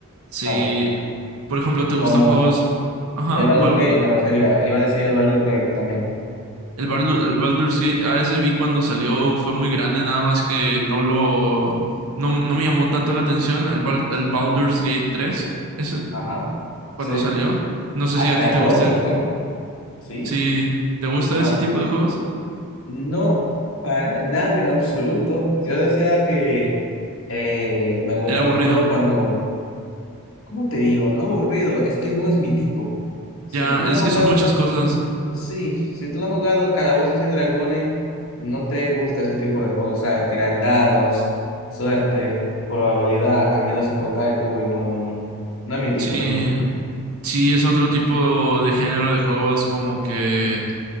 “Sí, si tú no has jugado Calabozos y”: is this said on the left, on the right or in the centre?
Left